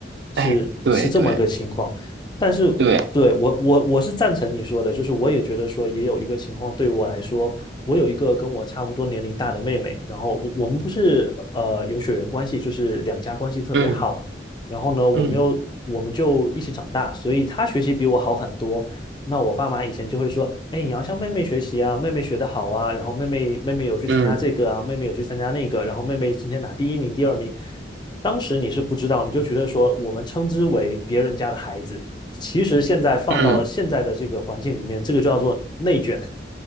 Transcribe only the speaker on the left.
是是这么一个情况。
但是对，
我我我是赞成你说的，就是我也觉得说也有一个情况对我来说，我有一个跟我差不多年龄大的妹妹，然后我我们不是呃有血缘关系，就是两家关系特别好，
然后呢，我们又我们就一起长大，
所以她学习比我好很多。那我爸妈以前就会说，哎，你要向妹妹学习啊，妹妹学得好啊，然后妹妹妹妹有去参加这个啊，
妹妹有去参加那个，然后妹妹今天拿第一名、第二名。当时你是不知道，你就觉得说我们称之为别人家的孩子。其实现在放到现在的这个环境里面，
这个就叫做内卷，